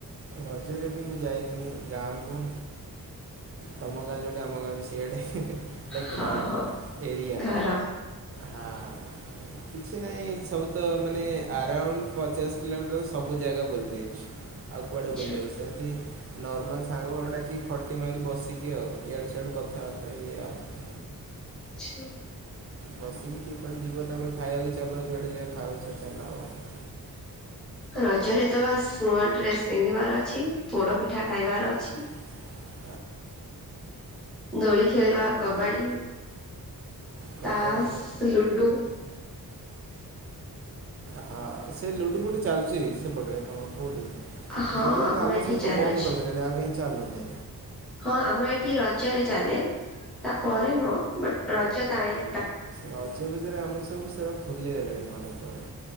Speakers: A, on the right; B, in the centre.
A: ରଜରେ ବି ମୁଁ ଯାଇଥିଲି ଗାଁକୁ ତମ ଗାଁ ଯୋଉଟି ଆମ ଗାଁ ବି ସେଇ ଆଡ଼େ ଲାଇକ୍
B: ହଁ
A: ଘର
B: ହଁ
A: ଏରିଆ।
B: ଘର
A: ହଁ। କିଛି ନାହିଁ ସବୁ ତ ମାନେ ଆରାଉଣ୍ଡ ପଚାଶ କିଲୋମିଟର ସବୁ ଜାଗା ବୁଲିଲି। ଆଉ କୁଆଡେ
B: ଆଛା
A: ବୁଲିବି ସେମତି ନର୍ମାଲ ସାଙ୍ଗ ଘର ଡାକି ଖଟି ମାଇଲୁ ବସି। ଏତିକି ଆଉ ଇଆଡୁ ସିଆଡ଼ୁ କଥା ବାର୍ତ୍ତା ଇଏ ଆଉ
B: ଛା
A: ବସିକି କିଏ କୁଆଡେ ଯିବା ତାପରେ ଖାଇବାକୁ ଚାଲ ଯୁଆଡେ ଯା ଖାଉଛ ଚାଲ ଅ,।
B: ରଜରେ ତ ବାସ୍ ନୂଆ ଡ୍ରେସ୍ ପିନ୍ଧିବାର ଅଛି, ପୋଡ ପିଠା ଖାଇବାର ଅଛି।
A: <unintelligible>
B: ଦୋଳି ଖେଳିବା, କବାଡି
A: କବାଡ଼ି
B: ତାସ୍, ଲୁଡୁ।
A: ହଁ ସେ ଲୁଡୁ ଫୁଡୁ ଚାଲୁଛି ସେପଟରେ ତୋମ କୋଉଠି?
B: ହଁ
A: ଲୁଡୁ ଫୁଡୁ ଆମ
B: ଏଠି
A: ସେପଟରେ
B: ଚାଲୁଛି।
A: ତ ବନ୍ଦ କରିଦେଲେଣି ଆଉ କାହିଁ ଚାଲୁନି।
B: ହଁ ଆମ ଏଠି ରଜରେ ଚାଲେ, ତାପରେ ନୁହଁ, ବଟ୍ ରଜ ତାଇଁ
A: ରଜ ଫଜରେ ଆମର ସବୁ ସେଟା ଭୁଲିଗଲେଣି ମନେକର।